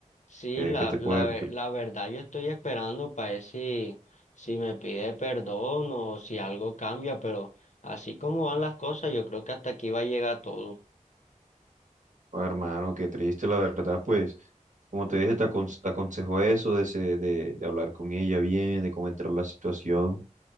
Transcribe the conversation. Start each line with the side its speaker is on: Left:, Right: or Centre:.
Left: Sí,
Right: qué,
Left: la,
Right: qué te
Left: la,
Right: puede,
Left: ve- la verdad yo estoy esperando para ver si, si me pide perdón o si algo cambia, pero así como van las cosas, yo creo que hasta aquí va a llegar todo.
Right: Oh, hermano, qué triste, la verdad, pues, como te dije, te, acon- te aconsejo eso de, se- de, de hablar con ella bien, de comentar la situación,